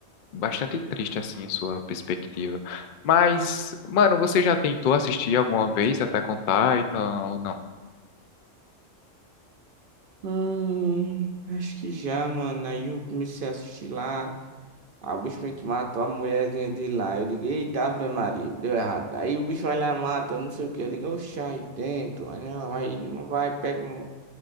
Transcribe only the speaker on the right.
Hum, acho que já, mano. Aí eu comecei a assistir lá. Aí o bicho meio que matou a mulherzinha dele lá. Eu digo, eita, Ave Maria, deu errado. Aí o bicho vai lá, mata, não sei o que. Eu digo, oxa, aí tento. Aí não, aí não vai, pega um